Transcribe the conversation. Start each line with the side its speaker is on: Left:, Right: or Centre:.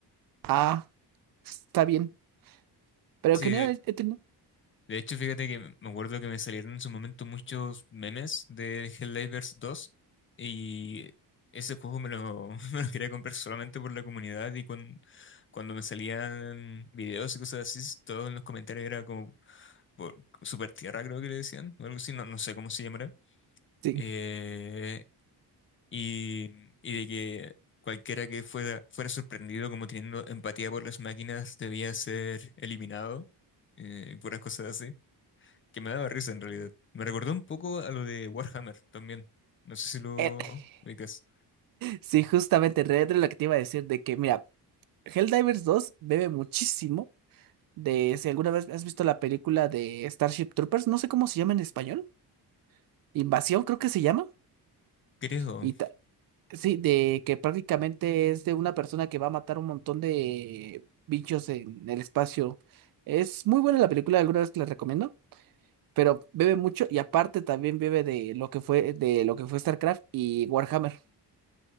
Right: ah, está bien. Pero
Left: Sí,
Right: en general he tenido-
Left: De hecho, fíjate que me acuerdo que me salieron en su momento muchos memes de Helldivers dos y ese juego me lo, <laughs> me lo quería comprar solamente por la comunidad y cuando, cuando me salían videos y cosas así, todos en los comentarios era como por Super Tierra creo que le decían, o algo así, no, no sé cómo se llamará.
Right: Sí.
Left: Eh, y, y de que cualquiera que fuera, fuera sorprendido como teniendo empatía por las máquinas debía ser eliminado, eh, y puras cosas así que me daba risa en realidad. Me recordó un poco a lo de Warhammer también. No sé si lo
Right: <laughs>
Left: ubicas.
Right: Sí, justamente, Red Dead, lo que te iba a decir de que, mira, Helldivers dos bebe muchísimo de, si alguna vez has visto la película de Starship Troopers, no sé cómo se llama en español, Invasión creo que se llama,
Left: Creo,
Right: y ta- sí, de que prácticamente es de una persona que va a matar un montón de bichos en el espacio. Es muy buena la película, alguna vez que la recomiendo, pero bebe mucho y aparte también bebe de lo que fue, de lo que fue StarCraft y Warhammer.